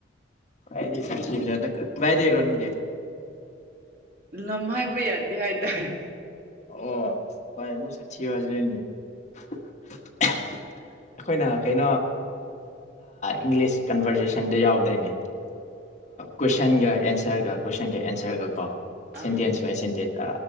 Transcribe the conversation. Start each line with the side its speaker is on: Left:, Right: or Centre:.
Left: ꯀꯔꯥꯏꯗꯩꯩꯔꯣ ꯅꯪꯗꯤ
Right: ꯂꯝ ꯍꯥꯏꯕ ꯌꯥꯗꯦ ꯍꯥꯏꯗꯥꯏ
Left: ꯑꯣ <unintelligible> ꯑꯩꯈꯣꯏꯅ ꯀꯩꯅꯣ ꯏꯪꯂꯤꯁ ꯀꯟꯚꯔꯖꯦꯁꯟꯗ ꯌꯥꯎꯕꯗꯩꯅꯦ ꯀꯣꯏꯁꯟꯒ ꯑꯦꯟꯁꯔꯒ ꯀꯣꯏꯁꯟꯒ ꯑꯦꯟꯁꯔꯒ ꯀꯣ
Right: ꯑꯥ
Left: ꯁꯦꯟꯇꯦꯟꯁ ꯚꯥꯏ ꯁꯦꯟꯇꯁ